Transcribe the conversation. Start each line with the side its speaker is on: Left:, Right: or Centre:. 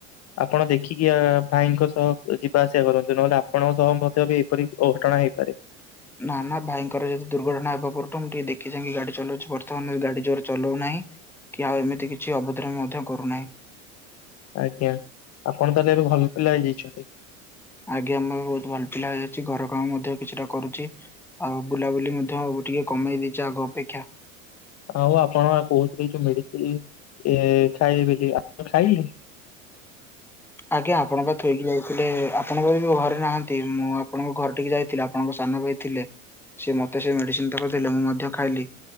Left: ଆପଣ ଦେଖିକି ଆ ଭାଇଙ୍କ ସହ ଯିବା ଆସିଆ କରନ୍ତୁ, ନହେଲେ ଆପଣଙ୍କ ସହ ମଧ୍ୟ ବି ଏପରି ଅଘଟଣା ହେଇପାରେ।
Centre: ନା ନା ଭାଇଙ୍କର ଯେହେତୁ ଦୁର୍ଘଟଣା ହେବା ପରଠୁ ମୁଁ ଟିକେ ଦେଖି ଚାହିଁକି ଗାଡି ଚଲଉଛି, ବର୍ତ୍ତମାନ ଗାଡି ଜୋର ଚଲଉ ନାହିଁ। କି ଆଉ ଏମିତି କିଛି ଅଭଦ୍ରାମି ମଧ୍ୟ କରୁନାହିଁ।
Left: ଆଜ୍ଞା, ଆପଣ ତାହେଲେ ଏବେ ଭଲ ପିଲା ହେଇଯାଇଛନ୍ତି।
Centre: ଆଜ୍ଞା, ମୁଁ ଏବେ ବହୁତ ଭଲ ପିଲା ହେଇ ଯାଇଚି, ଘର କାମ ମଧ୍ୟ କିଛିଟା କରୁଚି। ଆଉ ବୁଲାବୁଲି ମଧ୍ୟ ଏବେ ଟିକେ କମେଇ ଦେଇଛି ଆଗ ଅପେକ୍ଷା।
Left: ଆଉ ଆପଣ କହୁଥିଲେ ଯୋଉ ମେଡିସିନି ଏ ଖାଇବେ ବୋଲି ଆପଣ ଖାଇଲେ? <inaudible>
Centre: ଆଜ୍ଞା ଆପଣ ବା ଥୋଇକି ଯାଇ ଥିଲେ ଆପଣଙ୍କ ଘରେ ନାହାନ୍ତି ମୁଁ ଆପଣଙ୍କ ଘରେ ଟିକେ ଯାଇଥିଲି ଆପଣଙ୍କ ସାନ ଭାଇ ଥିଲେ। ସେ ମତେ ସେ ମେଡ଼ିସିନ ତକ ଦେଲେ ମୁଁ ମଧ୍ୟ ଖାଇଲି।